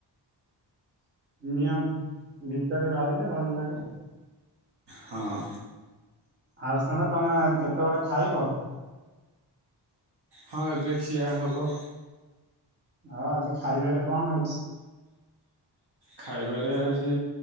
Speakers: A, on the right (about 25°); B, on the right (about 65°).
A: ନିୟମ ଭିତରେ ରହିଲେ ଭଲ ଲାଗେ।
B: ହଁ।
A: ଆଉ ସାଙ୍ଗ ତମେ କେତେବେଳେ ଖାଇବ?
B: ହଁ ଏବେ ଖିଆ ହବ।
A: ଆଉ ଆଜି ଖାଇବାରେ କଣ ହେଇଚି?
B: ଖାଇବାରେ ଆଜି